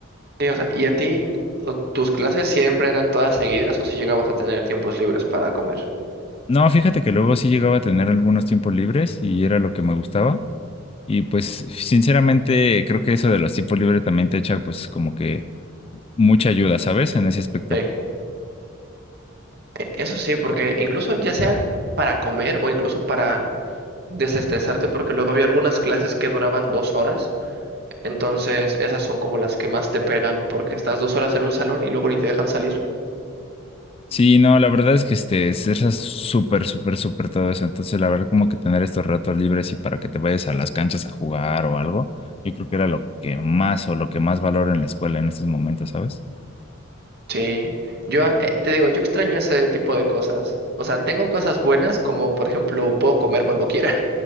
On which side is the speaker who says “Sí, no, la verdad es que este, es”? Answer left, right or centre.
Left